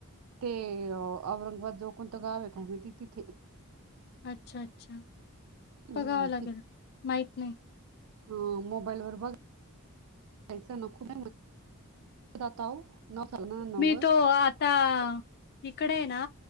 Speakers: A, on the right (about 75°); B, on the left (about 45°).
A: ते औरंगाबाद जवळ कोणत गाव ये काय माहिती तिथे
B: अच्छा अच्छा
A: हम्म,
B: बघाव लागेल माहित नाही.
A: हं मोबाईल वर बघ जायचं ना, <unintelligible> खूब जाता वो? नाव सांग ना नवस
B: मी तो आता इकडे ना